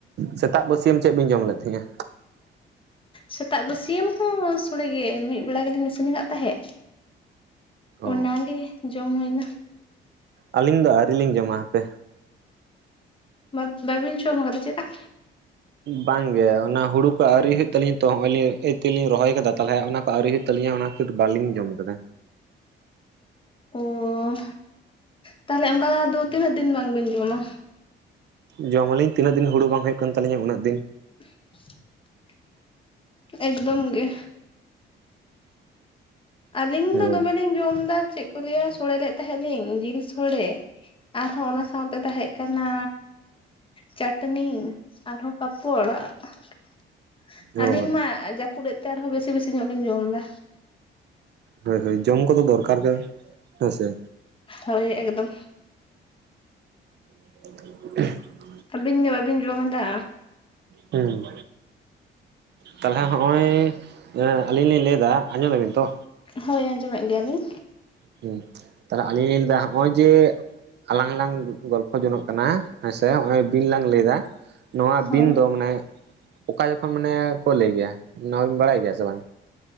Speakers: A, on the right; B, on the left.
A: ᱥᱮᱛᱟᱜ ᱵᱟᱹᱥᱭᱟᱹᱢ ᱪᱮᱫ ᱵᱤᱱ ᱡᱚᱢ ᱞᱮᱫ ᱛᱟᱦᱮᱸᱫᱼᱟ᱾
B: ᱥᱮᱛᱟᱜ ᱵᱟᱹᱥᱭᱟᱢ ᱦᱚᱸ ᱥᱚᱲᱮ ᱜᱮ ᱢᱤᱫ ᱵᱮᱲᱟ ᱜᱮᱞᱤᱧ ᱤᱥᱤᱱ ᱟᱠᱟᱫ ᱛᱟᱦᱮᱸᱫ᱾
A: ᱚ
B: ᱚᱱᱟᱜᱮ ᱡᱚᱢ ᱦᱩᱭᱱᱟ᱾
A: ᱟᱹᱞᱤᱧ ᱫᱚ ᱟᱹᱣᱨᱤ ᱞᱤᱧ ᱡᱚᱢᱟ ᱦᱟᱯᱮᱼᱼ
B: ᱰᱟᱰ ᱵᱟᱵᱤᱱ ᱡᱚᱢ ᱟᱠᱟᱫᱟ ᱪᱮᱫᱟᱜ?
A: ᱵᱟᱝᱜᱮ ᱚᱱᱟ ᱦᱩᱲᱩ ᱠᱚ ᱟᱹᱣᱨᱤ ᱦᱩᱭᱩᱜ ᱛᱟᱹᱞᱤᱧᱟ ᱛᱚ ᱱᱚᱜᱚᱭ ᱞᱤᱧ ᱤᱛᱟᱹ ᱞᱤᱧ ᱨᱚᱦᱚᱭ ᱟᱠᱟᱫᱟ ᱛᱟᱦᱚᱞᱮ ᱚᱱᱟᱼᱼ ᱟᱹᱣᱨᱤ ᱦᱩᱭᱩᱜ ᱛᱟᱹᱞᱤᱧᱟ ᱚᱱᱟ ᱠᱷᱟᱹᱛᱤᱨ ᱵᱟᱞᱤᱧ ᱡᱚᱢ ᱟᱠᱟᱫᱟ
B: ᱚ ᱛᱟᱦᱚᱞᱮ ᱚᱱᱠᱟ ᱫᱚ ᱛᱤᱱᱟᱹᱜ ᱫᱤᱱ ᱵᱟᱝ ᱵᱤᱱ ᱡᱚᱢ ᱟ
A: ᱡᱚᱢ ᱟᱞᱤᱧ ᱛᱤᱱᱟᱹᱜ ᱫᱤᱱ ᱦᱩᱲᱩ ᱵᱟᱝ ᱦᱩᱭᱩᱜ ᱠᱟᱱ ᱛᱟᱹᱞᱤᱧᱟ ᱩᱱᱟᱹᱜ ᱫᱤᱱ᱾
B: <unintelligible> ᱼᱼ ᱮᱠᱫᱚᱢ ᱜᱮ᱾ ᱟᱹᱞᱤᱧ
A: ᱦᱳᱭ
B: ᱫᱚ ᱫᱚᱢᱮᱞᱤᱧ ᱡᱚᱢ ᱮᱫᱟ᱾ ᱪᱮᱫ ᱠᱚ ᱞᱟᱹᱭᱟ ᱥᱚᱲᱮ ᱞᱮᱫ ᱛᱟᱦᱮᱸᱫ ᱞᱤᱧ ᱡᱤᱞ ᱥᱳᱲᱮ᱾ ᱟᱨᱦᱚᱸ ᱚᱱᱟ ᱥᱟᱶᱛᱮ ᱛᱟᱦᱮᱸ ᱠᱟᱱᱟᱼᱼ ᱪᱟᱹᱴᱱᱤ ᱟᱨᱦᱚᱸ ᱯᱟᱯᱚᱲᱼᱼ <unintelligible>
A: ᱦᱳᱭ
B: ᱟᱞᱤᱧ ᱢᱟ ᱡᱟᱹᱯᱩᱫ ᱮᱫ ᱛᱮ ᱟᱨᱦᱚᱸ ᱵᱮᱥᱤ ᱵᱮᱥᱤ ᱧᱚᱜ ᱞᱤᱧ ᱡᱚᱢᱫᱟ᱾
A: ᱦᱳᱭ ᱦᱳᱭ ᱡᱚᱢ ᱠᱚᱫᱚ ᱫᱚᱨᱠᱟᱨ ᱜᱮ ᱦᱮᱸ ᱥᱮᱼᱼ
B: ᱦᱳᱭ ᱮᱠᱫᱚᱢ᱾
A: <unintelligible> ᱼᱼ
B: ᱟᱹᱵᱤᱱ ᱜᱮ ᱵᱟᱵᱤᱱ ᱡᱚᱢ ᱮᱫᱟᱼᱼ
A: ᱦᱮᱸ᱾ ᱛᱟᱦᱚᱞᱮ ᱱᱚᱜᱼᱚᱭ ᱟᱹᱞᱤᱧ ᱞᱤᱧ ᱞᱟᱹᱭᱮᱫᱟ ᱟᱸᱡᱚᱢ ᱟᱰᱤᱱ ᱛᱚᱼᱼ
B: ᱦᱳᱭ ᱟᱸᱡᱚᱢᱮᱫ ᱜᱮᱭᱟᱞᱤᱧ᱾
A: ᱦᱮᱸ᱾ ᱛᱟᱦᱚᱞᱮ ᱟᱹᱞᱤᱧ ᱞᱤᱧ ᱞᱟᱹᱭ ᱞᱮᱫᱟ ᱱᱚᱜᱼᱚᱭ ᱡᱮᱼᱼ ᱟᱞᱟᱝ ᱞᱟᱝ ᱜᱚᱞᱯᱚ ᱡᱚᱝᱟᱜ ᱠᱟᱱᱟ ᱦᱮᱸᱥᱮ ᱱᱚᱜᱚᱭ ᱵᱤᱱ ᱞᱟᱝ ᱞᱟᱹᱭ ᱮᱫᱟᱼᱼ ᱱᱚᱣᱟ
B: ᱦᱳᱭ
A: ᱵᱤᱱ ᱫᱚ ᱢᱟᱱᱮ ᱚᱠᱟ ᱡᱚᱠᱷᱚᱱ ᱢᱟᱱᱮ ᱠᱚ ᱞᱟᱹᱭ ᱜᱮᱭᱟ ᱱᱚᱣᱟ ᱵᱤᱱ ᱵᱟᱲᱟᱭ ᱜᱮᱭᱟ ᱥᱮ ᱵᱟᱝ?